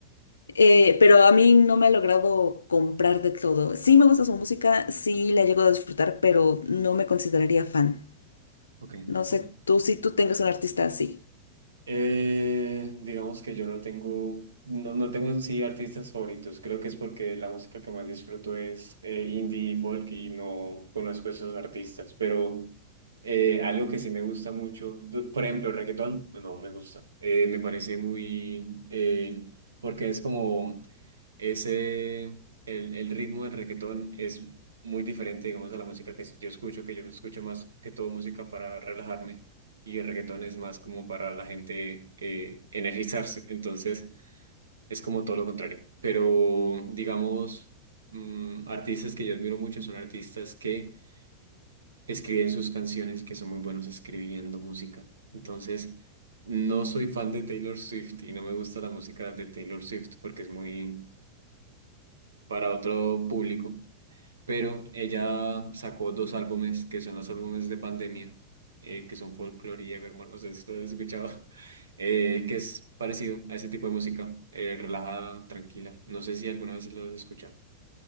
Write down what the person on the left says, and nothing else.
Eh, pero a mí no me ha logrado comprar de todo. Sí me gusta su música, sí la llego a disfrutar, pero no me consideraría fan.
No sé
tú si tú tengas un artista así.